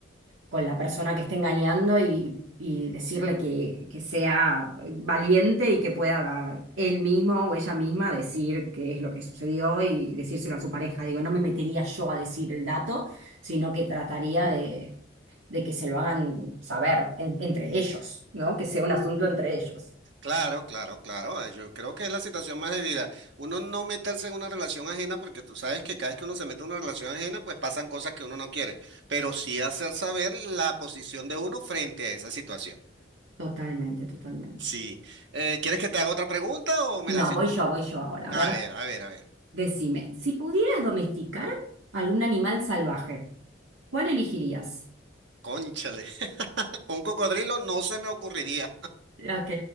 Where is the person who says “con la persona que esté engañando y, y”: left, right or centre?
Right